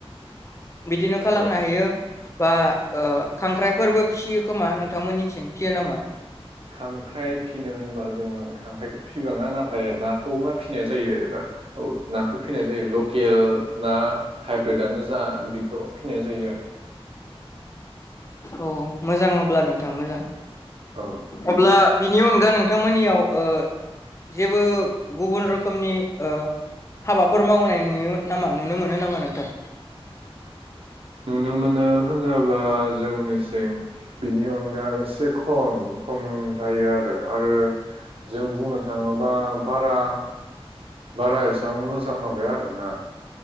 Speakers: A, on the left; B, on the right.
A: बिदिनो खालामनो
B: औ
A: हायो बा ओ खांख्राइफोरबो फियो खोमा नोंथांमोननिथिं फियो नामा?
B: खांख्राइ फिनो होनबा जोङो खांख्राइखौ फिबाङा नाथाय नाखौ बा फिनाय जायो एबा औ नाखौ फिसिनाय जायो लख एल ना हाइब्रिद आनो जा जा बेखौ फिनाय जायो आरो
A: औ मोजां अब्ला नोंथां मोजां
B: औ
A: अब्ला बिनि अनगा नोंथांमोननियाव ओ जेबो गुबुन रोखोमनि ओ हाबाफोर मावनाय नुयोमोन नामा नुनो मोनो नामा नोंथां?
B: नुनो मोनो होनोबा जोंनि सिं बिनि अनगा एसे खम खम जायो आरो आरो जों बुंनो थाङोबा बारा बारा एसे बां मोजां माबाया आरो ना